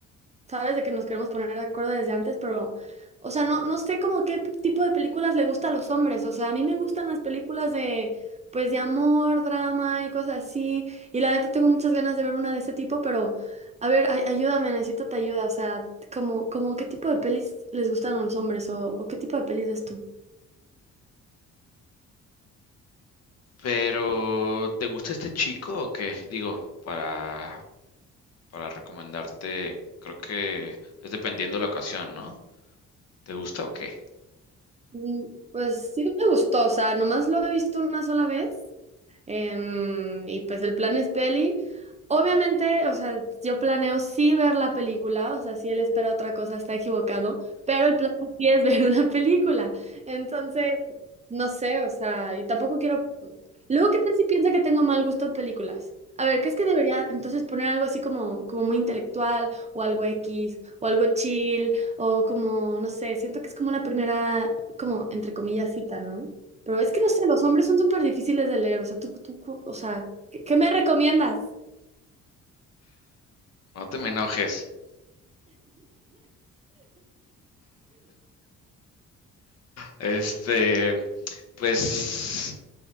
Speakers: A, on the right (about 25°); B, on the left (about 55°).
A: ¿sabes? De que nos queremos poner de acuerdo desde antes, pero, o sea, no, no sé como qué p- tipo de películas le gusta a los hombres. O sea, a mí me gustan las películas de, pues, de amor, drama y cosas así. Y la neta tengo muchas ganas de ver una de ese tipo, pero, a ver, ay- ayúdame, necesito tu ayuda. O sea, como, como qué tipo de pelis les gustan a los hombres o, o qué tipo de pelis ves tú.
B: Pero, ¿te gusta este chico o qué? Digo, para, para recomendarte, creo que es dependiendo de la ocasión, ¿no? ¿Te gusta o qué?
A: Mm, Pues sí me gustó, o sea, nomás lo he visto una sola vez. Em, y pues el plan es peli. Obviamente, o sea, yo planeo sí ver la película, o sea, si él espera otra cosa está equivocado, pero el plan <laughs> sí es ver una película. Entonces, no sé, o sea, y tampoco quiero... Luego, ¿qué tal si piensa que tengo mal gusto en películas? A ver, ¿qué es que debería entonces poner algo así como, como muy intelectual o algo X o algo chill o como, no sé, siento que es como una primera, como entre comillas, cita, ¿no? Pero es que no sé, los hombres son súper difíciles de leer. O sea, tú, tú, cu- o sea, ¿qué, qué me recomiendas?
B: No te me enojes. Este, pues,